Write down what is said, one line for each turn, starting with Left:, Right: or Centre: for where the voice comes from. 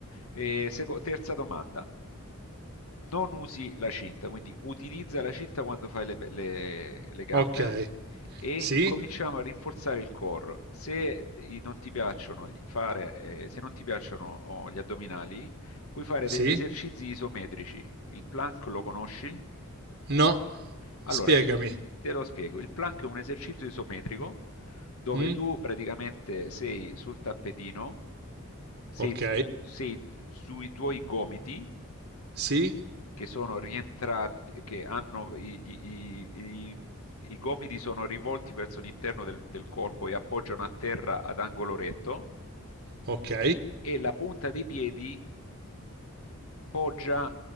Left: E seco- terza domanda, non usi la cinta, quindi utilizza la cinta quando fai le, le- le gambe,
Right: Ok,
Left: eh? e
Right: sì,
Left: incominciamo a rinforzare il core. Se i- non ti piacciono, gli- fare, eh, se non ti piacciono oh, gli addominali, puoi fare
Right: sì.
Left: degli esercizi isometrici. Il plank lo conosci?
Right: No.
Left: Allora,
Right: Spiegami.
Left: i- eh, te lo spiego. Il plank è un esercizio isometrico dove
Right: Mm?
Left: tu praticamente sei sul tappetino, sei,
Right: Ok.
Left: sei sui tuoi gomiti
Right: Sì.
Left: che sono rientranti, che hanno i, i- i- i gomiti sono rivolti verso l'interno del, del corpo e appoggiano a terra ad angolo retto
Right: Ok.
Left: e la punta dei piedi poggia